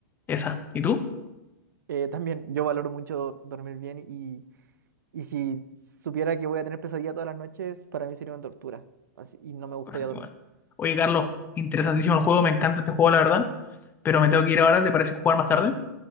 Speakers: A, on the left; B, on the right.
A: Esa. ¿Y tú?
B: Eh, también, yo valoro mucho dormir bien Y si supiera que voy a tener pesadilla todas las noches, para mí sería una tortura. Así, y no me gustaría
A: Bueno,
B: dormir.
A: igual.
B: <laughs>
A: Oye, Carlos, interesantísimo el juego, me encanta este juego, la verdad. Pero me tengo que ir ahora, ¿te parece jugar más tarde?